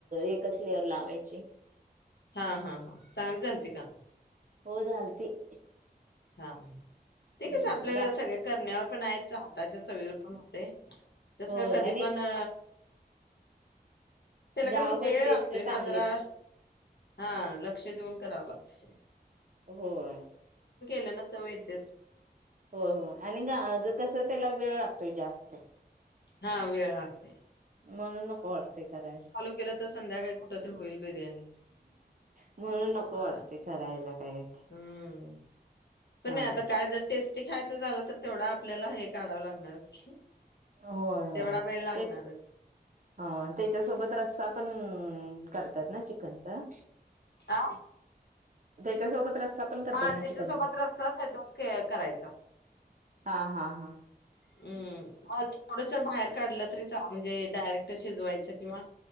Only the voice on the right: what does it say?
एकच लेअर लावायची.
हो झालती.
हं,
गा
होय
आणि
गावाकड
टेस्ट
चांगले
येते
होय
हो हो आणि ग कसं त्याला वेळ लागतोय जास्त.
म्हणून नको वाटते करायला,
म्हणून नको
वाटते करायला काय.
हा
होय
होय
ते त्याच्यासोबत रस्सा पण ह् करतात ना चिकनचा
त्या सोबत रस्सा पण करतात
ना चिकनचा.
हा हा हा.